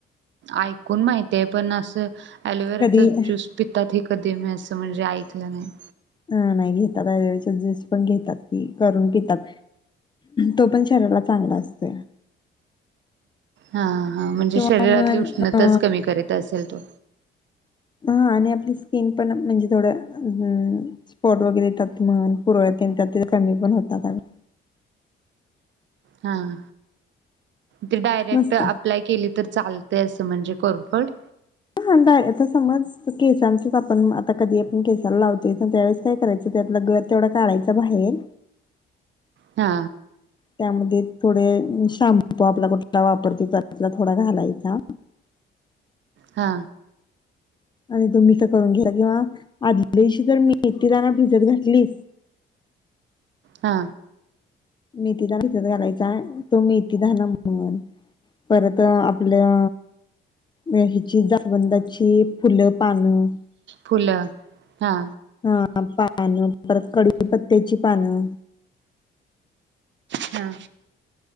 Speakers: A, on the right; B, on the left.
A: ऐकून माहितेय पण असं ऍलोवेराचा
B: कधी
A: ज्यूस पितात हे कधी मी असं म्हण जे ऐकलं नाही
B: हां नाही घेतात ऍलोवेराचा जूस पण घेतात कि करून पितात तो पण शरीराला चांगला असतोय
A: हां हा म्हणजे
B: किंवा
A: शरीरातली
B: मन
A: उष्णताच
B: अ
A: कमी करीत असेल तो
B: हां, आणि आपली स्किन पण म्हणजे थोडं हम्म स्पॉट वगैरे येतात म्हण पुरळ तेन त्यात ते कमी पण होतात आन
A: हां ती डायरेक्ट
B: मस्त
A: अप्लाय
B: हा
A: केली तर चालतंय अस म्हणजे कोरपड
B: हांडाय आता समज केसांचच आपण आता कधी आपण केसाला लावतोय पण त्यावेेळेस काय करायचं त्यातला गर तेवढा काढायचा बाहेर
A: हा
B: त्यामध्ये थोडे शाम्पू आपला कुठला वापरतोय त्यातला थोडा घालायचा
A: हा
B: आणि तुम्ही तर करून घ्या आदल्यादिवशी जर मेथी दाना भिजत घातलीस
A: हा
B: मेथीदाणा घालायचा आहे तो मेथीदाणा म्हणून परत आपल्या ह्याची जासवंदाची फुलं पानं
A: फुलं हा
B: हा पानं परत कढीपत्त्याची पानं
A: हा